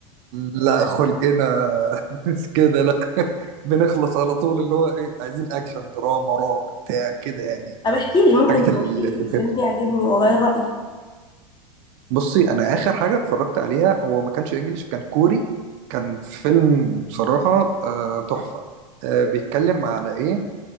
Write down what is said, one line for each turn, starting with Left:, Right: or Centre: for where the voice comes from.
Right: لا خلقنا <laughs> مش كده لا <laughs> بنخلص على طول اللي هو ايه عايزين اكشن دراما رعب بتاع كده يعني
Left: طب احكي لي ممكن
Right: حاجات ال-
Left: تقول لي
Right: اللي
Left: الفيلم
Right: كده
Left: يعجبني واغير رايي
Right: بصي انا اخر حاجة اتفرجت عليها هو ما كانش انجلش كان كوري كان فيلم بصراحة آه، تحفة آه، بيتكلم على ايه